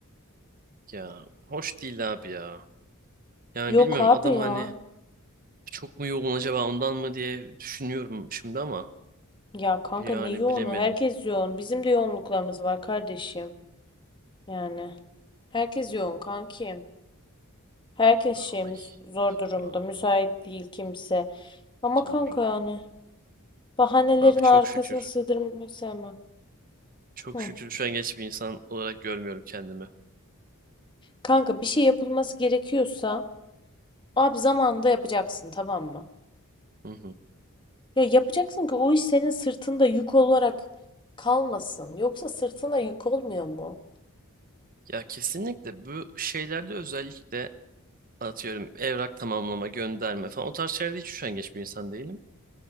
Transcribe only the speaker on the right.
ya hoş değil abi ya. Yani
bilmiyorum
adam hani
çok mu yoğun acaba ondan mı diye düşünüyorum şimdi ama
yani
bilemedim.
Ay
vallahi
doğru.
Abi çok
şükür.
Çok
şükür şu an geç bir insan olarak görmüyorum kendimi.
Hı hı.
Ya kesinlikle bu şeylerde özellikle atıyorum evrak tamamlama, gönderme falan o tarz şeylerde hiç üşengeç bir insan değilim.